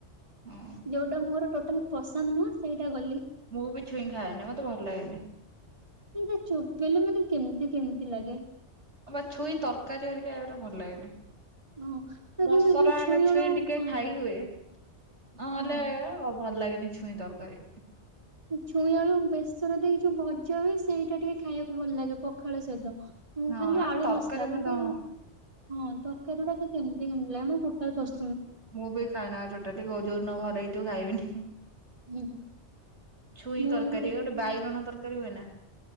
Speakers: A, on the right; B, on the right.
A: ହଁ
B: ଯୋଉଟା ମୋର ଟୋଟାଲ୍ ପସନ୍ଦ ନୁହଁ ସେଇଟା ଗଲି
A: ମୁଁ ବି ଛୁଇଁ ଖାଏନି ମତେ ଭଲ୍ ଲାଗେନି।
B: ସେଇଟା ଚୋବେଇଲେ ମାନେ କେମିତି କେମିତି ଲାଗେ।
A: ଆ ବା ଛୁଇଁ ତରକାରୀ ହେରିକା ଏଗୁଡ଼ା ଭଲ୍ ଲାଗେନି।
B: ହଁ ତା
A: ମସଲା
B: କିନ୍ତୁ ଯୋଉ
A: ହେଲେ ଛୁଇଁ
B: ଆଳୁ
A: ଟିକେ
B: ହଁ
A: ଖାଇ ହୁଏ ନହେଲେ
B: ହଁ।
A: ଭଲ ଲାଗେନି ଛୁଇଁ ତରକାରୀ।
B: ଛୁଇଁ ଆଳୁ ବେସର ଦେଇକି ଯୋଉ ଭଜା ହୁଏ ସେଇଟା ଟିକେ ଖାଇବାକୁ ଭଲ ଲାଗେ ପଖାଳ ସହିତ। ମୁଁ
A: ହଁ
B: ଖାଲି ଆଳୁ
A: ତରକାରୀ
B: ମସଲା
A: ମତେ
B: କିନ୍ତୁ ହଁ ତରକାରୀ ଗୁଡା କେମିତି କେମିତି ଲାଗେ ମତେ ଟୋଟାଲ୍
A: ମୁଁ ବି ଖାଏନା ଟୋଟାଲି କୋଉ ଯୋଉଦିନ ଘରେ ହେଇଥିବ ଖାଇବିନି।
B: ହୁଁ।
A: <inaudible> ଛୁଇଁ
B: ମୁଁ
A: ତରକାରୀ
B: ଆଜି ଦେଖି
A: ଗୋଟେ ବାଇଗଣ ତରକାରୀ ହୁଏ ନା।